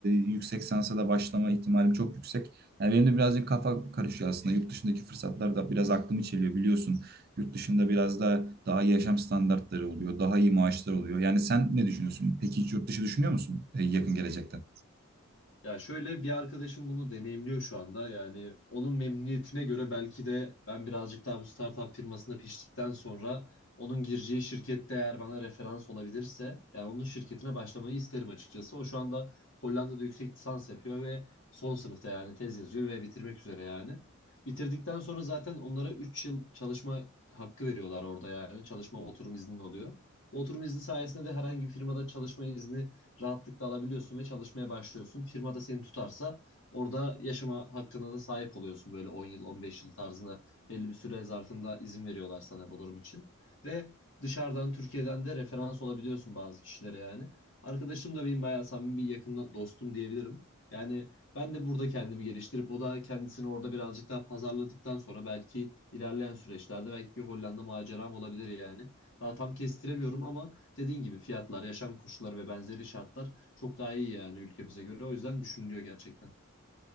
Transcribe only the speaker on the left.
Ya şöyle bir arkadaşım bunu deneyimliyor şu anda. Yani onun memnuniyetine göre belki de ben birazcık daha bu startup firmasında piştikten sonra onun gireceği şirkette eğer bana referans olabilirse yani onun şirketine başlamayı isterim açıkçası. O şu anda Hollanda'da yüksek lisans yapıyor ve son sınıfta yani tez yazıyor ve bitirmek üzere yani. Bitirdikten sonra zaten onlara 3 yıl çalışma hakkı veriyorlar orada yani. Çalışma oturum izni oluyor. Bu oturum izni sayesinde de herhangi bir firmada çalışma izni rahatlıkla alabiliyorsun ve çalışmaya başlıyorsun. Firma da seni tutarsa orada yaşama hakkına da sahip oluyorsun böyle 10 yıl 15 yıl tarzında belli bir süre zarfında izin veriyorlar sana bu durum için. Ve dışarıdan Türkiye'den de referans olabiliyorsun bazı kişilere yani. Arkadaşım da benim bayağı samimi bir yakın dostum diyebilirim. Yani ben de burada kendimi geliştirip o da kendisini orada birazcık daha pazarladıktan sonra belki ilerleyen süreçlerde belki bir Hollanda maceram olabilir yani. Daha tam kestiremiyorum ama dediğin gibi fiyatlar, yaşam koşulları ve benzeri şartlar çok daha iyi yani ülkemize göre. O yüzden düşünülüyor gerçekten.